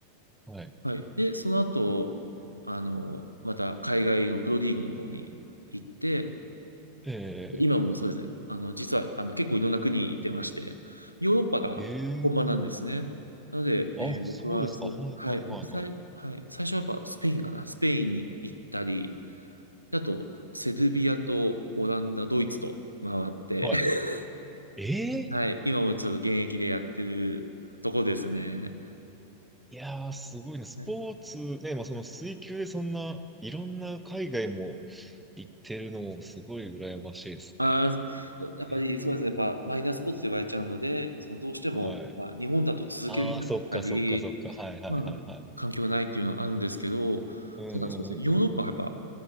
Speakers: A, in the centre; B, on the right (about 90°).
A: はい。
B: はい。で、その後、あの、また海外のプロリーグの方に行って、
A: え
B: 今もそうですね、あの、実は、あの、結構いろんな国行ってまして、ヨーロッパが本場なんですね。
A: ー、えー、
B: なので、
A: あ、
B: えー僕は、
A: そうですか。
B: そう、
A: はい、
B: はい、
A: はい、
B: 僕最、
A: はい、はい。
B: はい、最初はやっぱスペインかな、スペインに行ったり、あと、セルビアとオランダ、ドイツと回って、
A: はい。
B: <laughs>
A: えー、
B: はい、今もちょっと現役でやってるとこですね。
A: いやー、すごいね。スポーツ、
B: はい
A: ね、まあ、その水球でそんな、いろんな海外も行ってるのもすごい羨ましいですね。
B: ああ、そ <laughs> やっぱりそうですね。
A: え
B: やっぱマイナースポーツと言われちゃうので、そのどうしても、
A: ー、はい。
B: まあ、日本だと続けられなかったり、
A: ああそっか、そっか、そっか。はい、はい、
B: まあ、
A: はい、はい。
B: 環境がないっていうのはあるんですけど、
A: うん、うん、
B: ただそうですね、ヨーロッパがやっぱ、
A: うん、うん。